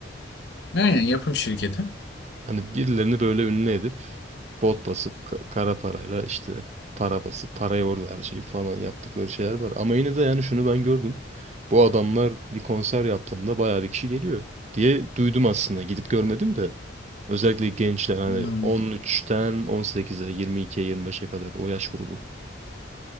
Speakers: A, on the left; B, on the right.
A: Aynen, yapım şirketi.
B: Hani birilerini böyle ünlü edip bot basıp ka- kara parayla işte para basıp parayı orada her şeyi falan yaptıkları şeyler var. Ama yine de yani şunu ben gördüm. Bu adamlar bir konser yaptığında bayağı bir kişi geliyor diye duydum aslında. Gidip görmedim de. Özellikle gençler hani
A: Hmm.
B: 13'ten 18'e, 22'ye, 25'e kadar o yaş grubu.